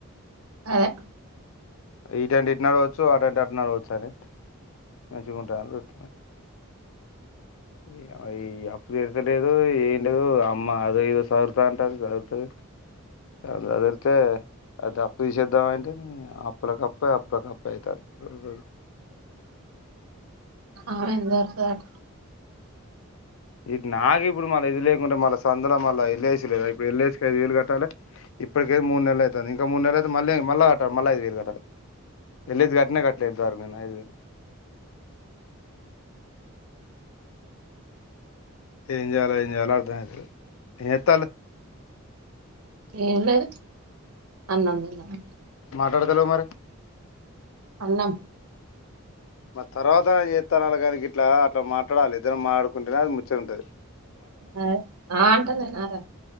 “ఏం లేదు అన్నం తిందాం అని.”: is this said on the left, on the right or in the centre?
Right